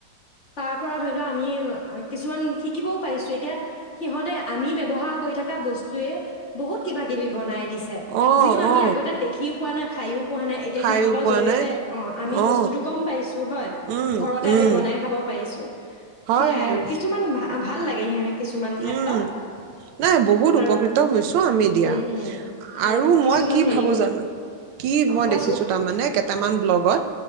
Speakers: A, on the left; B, on the right.
A: তাৰ পৰা ধৰি লও আমি কিছুমান শিকিবও পাৰিছো এতিয়া সিহঁতে আমি ব্যৱহাৰ কৰি থকা বস্তুৱে বহুত কিবা কিবি বনাই দিছে
B: অ
A: যিটো আমি
B: অ
A: আগতে দেখি পোৱা নাই খায়ো পোৱা নাই। এতিয়া
B: খাইও
A: সিহঁতৰ
B: পোৱা
A: জৰিয়তে
B: নাই
A: অঁ আমি
B: অ
A: বস্তুটো গম পাইছোঁ হয়।
B: উম
A: ঘৰতে
B: উম
A: আমি বনাই খাব পাৰিম। আহছোঁ
B: হয়
A: সেয়াই
B: হয়
A: আৰু কিছুমান ভ ভাল লাগে সিহতৰ কিছুমান ক্ষেত্ৰত।
B: উম নাই বহুত
A: আৰু
B: উপকৃত হৈছো আমি দিয়া
A: উম উম
B: আৰু
A: কিছুমান
B: মই আৰু কি
A: হেৰিও
B: ভাবো জানা কিবা
A: অঁ কোৱাচোন
B: দেখিছোঁ মানে কেইটামান ব্লকত